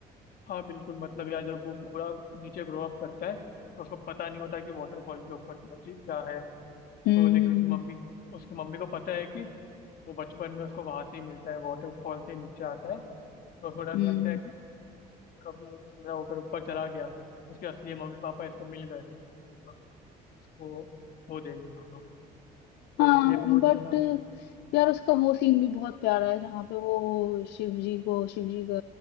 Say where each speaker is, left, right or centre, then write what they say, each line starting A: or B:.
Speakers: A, on the left (about 60°); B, on the left (about 80°).
A: हाँ बिल्कुल मतलब यार जब वो पूरा नीचे ग्रो अप करता है तो उसको पता नहीं होता कि वाटरफॉल के ऊपर क्या चीज क्या है
B: हम्म
A: तो लेकिन
B: हम्म
A: उसकी
B: हम्म,
A: मम्मी उसकी मम्मी को पता है कि वो बचपन में उसको वहां से ही मिलता है वाटरफॉल से नीचे आता है तो उसको डर
B: हम्म,
A: लगता
B: हम्म।
A: है कि कभी एक दिन ना होकर ऊपर चला गया उसके असली मम्मी पापा इसको मिल गए तो फिर उसको वो देंगे वो लोग तो
B: हाँ
A: इसलिए फिर वो
B: बट
A: है ना
B: यार उसका वो सीन भी बहुत प्यारा है जहाँ पे वो शिव जी को शिव जी का